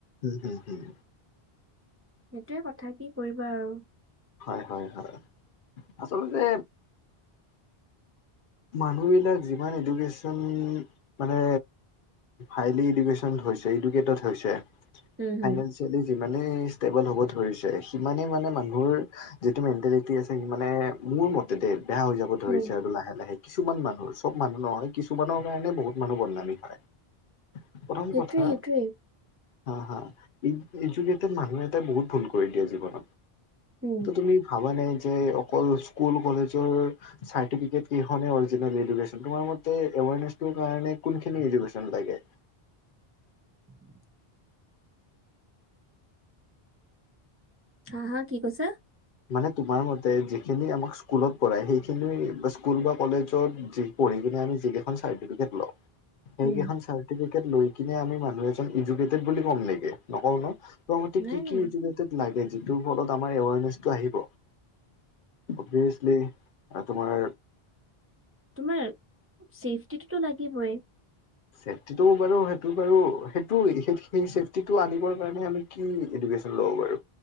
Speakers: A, on the left; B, on the right.
A: উম হুম হুম
B: সেইটোৱে কথা কি কৰিবা আৰু।
A: হয় হয় হয় আচলতে মানুহবিলাক যিমান এডুকেছন মানে হাইলী এডুকেশ্বন হৈছে এডুকেতেট হৈছে
B: উম
A: ফাইনেন্স
B: হম
A: সেইটো যিমানেই ষ্টেবল হ'ব ধৰিছে সিমানেই মানে মানুহৰ যিটো মেণ্টেলিটি আছে সি মানে মোৰ মতে দেই বেয়া হৈ যাব ব ধৰিছে
B: উম
A: আৰু লাহে-লাহে কিছুমান মানুহ চব মানুহ নহয় কিছুমানৰ কাৰণে বহুত মানুহ বদনামী হয় প্ৰথম
B: সেইটোয়ে
A: কথা
B: সেইটোয়ে
A: হা হা ই ইজোকেটেত মানুহ এইটো বহুত ভুল কৰে দিয়ে জীৱনত।
B: উম
A: ত তুমি ভাবা নে, যে অকল স্কুল কলেজৰ চাৰ্টিফিকেট কি এখনে অৰিজিনেল এডুকেছন তোমাৰ মতে এৱাৰনেছটোৰ কাৰণে কোনখিনি এডুকেছন লাগে
B: <unintelligible> হা, হা কি কৈছে?
A: মানে তোমাৰ মতে যিখিনি আমাক স্কুলত পঢ়ায় সেইখিনি বা স্কুল বা কলেজত যি পঢ়ি কিনে আমি যিকেইখন চাৰ্টিফিকেট লওঁ সেইকেইখন
B: উম
A: চাৰ্টিফিকেট লৈ কিনে আমি মানুহ এজন এডুকেটেডেত বুলি কম নেকি নকওঁ ন তোৰ মতে
B: নাই
A: কি
B: নাই
A: কি এডুকেডেত লাগে যিটোৰ ফলত আমাৰ এৱাৰনেচ টো আহিব। অবিয়েচলি তোমাৰ
B: তোমাৰ ছেফটিটোতো লাগিবই
A: চেফটিটো বাৰু সেইটো বাৰু সেইটো সেই সেই চেফটিটো আনিবৰ কাৰণে আমি কি এডুকেশ্যন ল'ব বাৰু